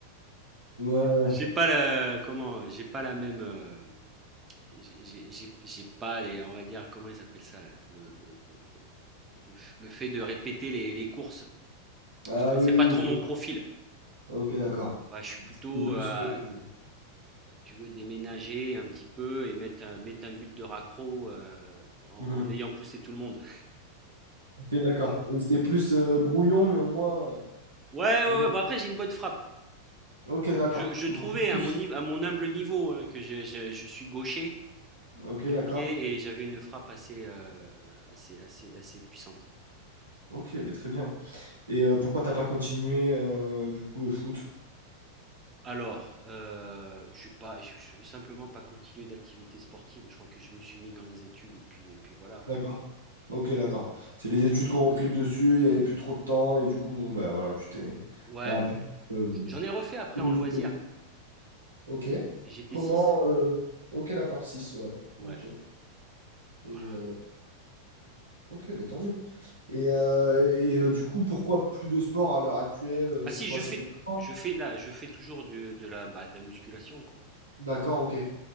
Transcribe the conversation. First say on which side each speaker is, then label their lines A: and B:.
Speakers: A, on the right; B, on the right.
A: Ouais.
B: j'ai pas la, comment, j'ai pas la même, euh, j'ai- j'ai j'ai- j'ai pas les, on va dire, comment ils appellent ça, là, le, le- le f- le fait de répéter les, les courses.
A: Ah
B: Si tu veux,
A: oui,
B: C'est
A: oui,
B: pas trop
A: je
B: mon
A: vois.
B: profil.
A: Ok, d'accord.
B: Ouais, je suis plutôt,
A: C'était plus.
B: euh,
A: euh,
B: tu veux, déménager un petit peu et mettre un, mettre un but de raccro euh, en,
A: mhm.
B: en ayant poussé tout le monde.
A: Ok, d'accord. Oui, C'était plus euh, brouillon, mais au moins.
B: Ouais,
A: mais
B: ouais,
A: au moins...
B: ouais. Bon, après, j'ai une bonne frappe.
A: Ok, d'accord.
B: Je, je trouvais
A: Précis.
B: à mon, nive- à mon humble niveau hein, que je, je- je suis gaucher.
A: Ok,
B: du
A: d'accord.
B: pied et j'avais une frappe assez, euh, assez, assez, assez puissante.
A: Ok, ben très bien. Et euh, pourquoi t'as pas continué euh, du coup le foot?
B: Alors, euh, je suis pas, je, je- simplement pas continué d'activité sportive. Je crois que je me suis mis dans les études et puis, et puis voilà. hein.
A: D'accord. Ok, d'accord. C'est les études qui ont repris le dessus, il n'y avait plus trop de temps, et du coup, bon, bah voilà, tu t'es.
B: Ouais,
A: T'as un peu. euh,
B: j'en ai refait après
A: <laughs>
B: en loisir.
A: Ok.
B: Et J'étais
A: Comment
B: six
A: euh, Ok, d'accord, 6 ouais.
B: Ouais,
A: Ok. Et euh,
B: voilà.
A: ok, ben tant mieux. Et, euh, et euh, du coup, pourquoi plus de sport à l'heure actuelle? euh,
B: Ah
A: C'est
B: si,
A: quoi
B: je
A: ce
B: fais,
A: sport?
B: je fais là, je fais toujours du- de la, bah, de la musculation quoi.
A: D'accord, ok. Et